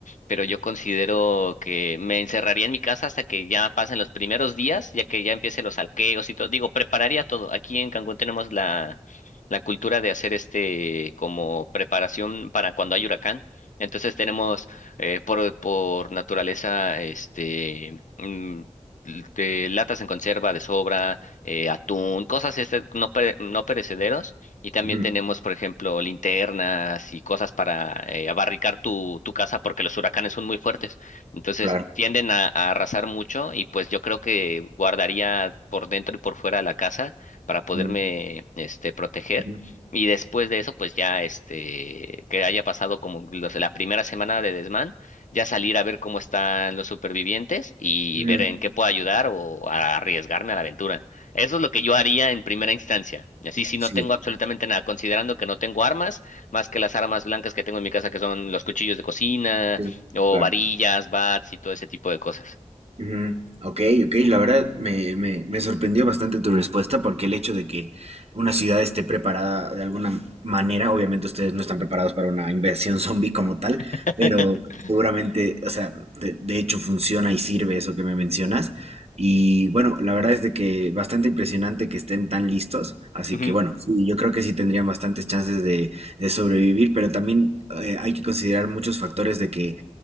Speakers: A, on the left; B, on the right.
A: pero yo considero que me encerraría en mi casa hasta que ya pasen los primeros días, ya que ya empiecen los alqueos y todo. Digo, prepararía todo. Aquí en Cancún tenemos la, la cultura de hacer este como preparación para cuando hay huracán. Entonces tenemos eh, por, por naturaleza este mm, l- de latas en conserva de sobra, eh, atún, cosas este, no, pere- no perecederos y también
B: ujú,
A: tenemos, por ejemplo, linternas y cosas para eh, abarricar tu, tu casa porque los huracanes son muy fuertes. Entonces
B: claro.
A: tienden a, a arrasar mucho y pues yo creo que guardaría por dentro y por fuera la casa para poderme
B: Mm,
A: este, proteger.
B: mm,
A: Y después de eso, pues ya este, que haya pasado como los- la primera semana de desmán, ya salir a ver cómo están los supervivientes y
B: mm,
A: ver en qué puedo ayudar o a arriesgarme a la aventura. Eso es lo que yo haría en primera instancia. Y Así, si
B: sí,
A: no tengo absolutamente nada, considerando que no tengo armas, más que las armas blancas que tengo en mi casa, que son los cuchillos de cocina,
B: es-
A: o
B: claro.
A: varillas, bats y todo ese tipo de cosas.
B: Ujú. Ok, ok, la verdad me, me, me sorprendió bastante tu respuesta porque el hecho de que una ciudad esté preparada de alguna manera, obviamente ustedes no están preparados para una inversión <laughs> zombie como tal,
A: <laughs>
B: pero seguramente, o sea, de, de hecho funciona y sirve eso que me mencionas. Y bueno, la verdad es de que bastante impresionante que estén tan listos, así
A: Ujú,
B: que bueno, sí, yo creo que sí tendrían bastantes chances de, de sobrevivir, pero también eh, hay que considerar muchos factores de que